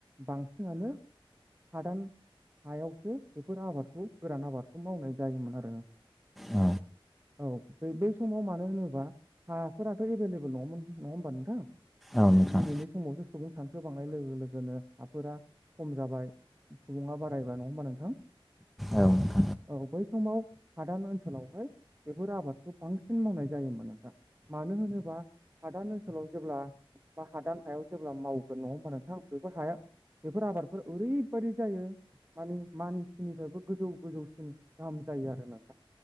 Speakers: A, on the right; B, in the centre.
A: बांसिनानो हादान हायावसो बेफोर आबादखौ गोरान आबादखौ मावनाय जायोमोन आरो
B: औ
A: औ बे बै समाव मानो होनोबा हाफोराथ' एभेलेबल नङोन नङा हबा नोंथां
B: औ नोंथां
A: दिनैनि समावसो सुबुं सान बांनाय लोगो लोगोनो हाफोरा खम जाबाय सुबुङा बारायबाय नङा होमबा नोंथां
B: औ नोंथां औ नोंथां औ नोंथां औ नोंथां औ नोंथां औ नोंथां औ नोंथां औ नोंथां औ नोंथां
A: औ बै समाव हादान ओनसोलावहाय बेफोर आबादखौ बांसिन मावनाय जायोमोन नोंथां मानो होनोबा हादान ओनसोलाव जेब्ला बा हादान हायाव जेब्ला मावगोन नङा होमबा नोंथां बयबो हाया बेफोर आबादफोरा ओरैबदि जायो मानि मानसिनिफ्रायबो गोजौ गोजौसिन गाहाम जायो आरो नों